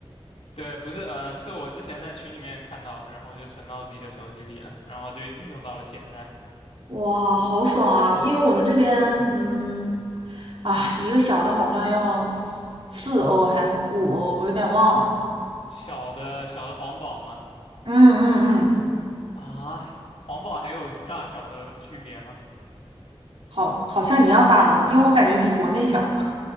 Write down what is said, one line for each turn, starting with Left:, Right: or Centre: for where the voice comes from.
Left: 对，不是，呃，是我之前在群里面看到的，然后我就存到自己的手机里了，然后就一直用到了现在。
Right: 哇，好爽啊！因为我们这边，嗯，啊，一个小的好像要四欧还是五欧，我有点忘了，
Left: 小的小的黄堡吗？
Right: 嗯嗯嗯，
Left: 啊，黄堡还有大小的区别吗？
Right: 好，好像一样大的吧，因为我感觉比国内小。